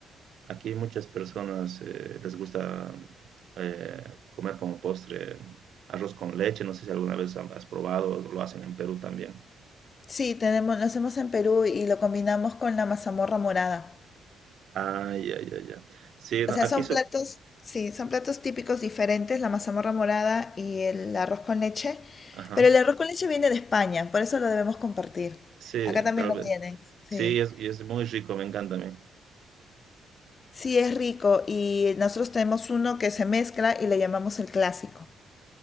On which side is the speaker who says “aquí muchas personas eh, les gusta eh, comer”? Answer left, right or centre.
Right